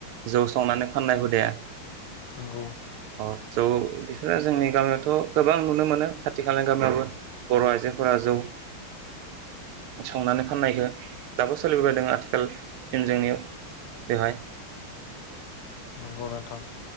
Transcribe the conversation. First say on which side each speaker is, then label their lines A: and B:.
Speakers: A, on the right; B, on the left.
A: जौ संनानै फाननाय हुदाया।
B: नंगौ
A: अ जौ बिसोरो जोंनि दानाथ' गोबां नुनो मोनो। खाथि खालानि गामिआवबो बर' आयजो फोरा जौ संनानै फाननायखौ दाबो सोलिबोबायदों आथिखाल जोंनि बेवहाय
B: नोंगौ नोंथां